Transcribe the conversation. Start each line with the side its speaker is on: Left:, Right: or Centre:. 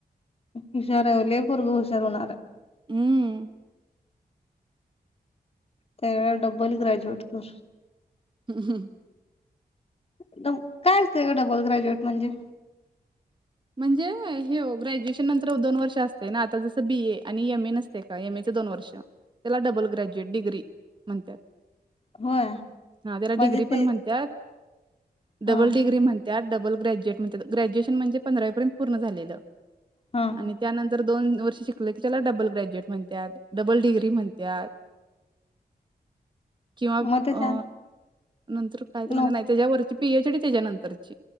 Left: हुशार, लई पोरगं हुशार होणार हाय.
Right: हम्म.
Left: त्यावेळचा डबल ग्रॅज्युएट कर.
Right: हम हं.
Left: न्हव काय असतंय ग डबल ग्रॅज्युएट म्हणजे?
Right: म्हणजे हे हो ग्रॅज्युएशन नंतर दोन वर्ष असतय ना, आता जसं बी ए आणि एम ए नसते का, एम ए चे दोन वर्ष. त्याला डबल ग्रॅज्युएट, डिग्री म्हणत्यात.
Left: होय
Right: हा त्याला
Left: म्हणजे
Right: डिग्री
Left: ते
Right: पण म्हणत्यात,
Left: हा
Right: डबल डिग्री म्हण त्यात, डबल ग्रॅज्युएट म्हणत्यात, ग्रॅज्युएशन म्हणजे पंधरावीपर्यंत पूर्ण झालेलं.
Left: हा.
Right: आणि त्यानंतर दोन वर्ष शिकल की त्याला डबल ग्रॅज्युएट म्हणत्यात डबल डिग्री म्हणत्यात. किंवा
Left: मग
Right: अ
Left: ते
Right: नंतर कायतरी म्हणत्या,
Left: नो
Right: नाही त्याच्या्या वरती पी एच डी त्याच्यानंतरची,